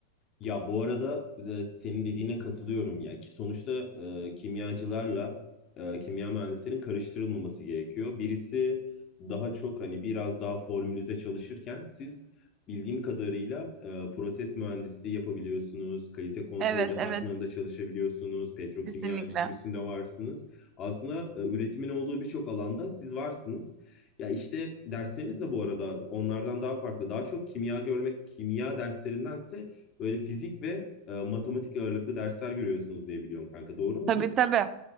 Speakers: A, on the left; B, on the right.
A: Ya bu arada e, senin dediğine katılıyorum ya ki sonuçta e, kimyacılarla e, kimya mühendislerinin karıştırılmaması gerekiyor. Birisi daha çok hani biraz daha formülize çalışırken siz bildiğim kadarıyla e, proses mühendisliği yapabiliyorsunuz, kalite kontrol
B: Evet,
A: departmanında
B: evet,
A: çalışabiliyorsunuz, petrokimya
B: kesinlikle.
A: endüstrisinde varsınız. Aslında e, üretimin olduğu birçok alanda siz varsınız. Ya işte dersleriniz de bu arada onlardan daha farklı. Daha çok kimya görmek, kimya derslerindense Böyle fizik ve e, matematik ağırlıklı dersler görüyorsunuz diye biliyorum kanka. Doğru mu
B: Tabii
A: bu?
B: tabii.